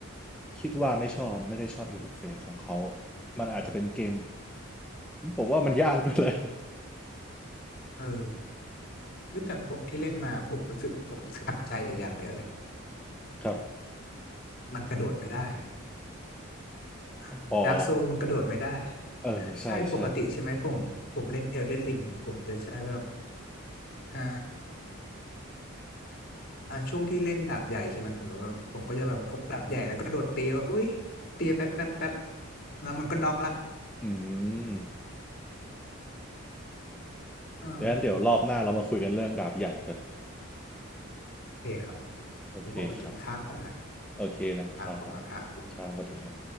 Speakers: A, in the centre; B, on the left.
A: คิดว่าไม่ชอบไม่ได้ชอบอินเทอร์เฟซของเขามันอาจจะเป็นเกมผมว่ามันยากด้วยเลย
B: เออเอ้ยแต่ผมที่เล่นมาผมรู้สึกผมขัดใจอยู่อย่างเดียวเลย
A: <laughs> ครับ
B: มันกระโดดไม่ได้ <laughs>
A: อ๋อ
B: ดาร์กโซมันกระโดดไม่ได้
A: เออใช่ใช่
B: ใช่ ปกติใช่ไหมผม ผมเล่นเอลเดนริงผมจะใช้แบบเอ่า อ่าช่วงที่เล่นดาบใหญ่ใช่ไหมผมก็ผมก็จะแบบพกดาบใหญ่แล้วก็โดดตีว่าอุ้ยตีแป๊บแป๊บแป๊บแล้วมันก็น็อกละ
A: อืม
B: เออ
A: งั้นเดี๋ยวรอบหน้าเรามาคุยกันเรื่องดาบใหญ่กัน
B: โอเคครับ
A: โอเคครับ
B: เดี๋ยวผมไปกินข้าวก่อนนะ
A: โอเคนะครับ
B: ข่าวเข้ามาข่าว
A: ครับสวัสดีครับ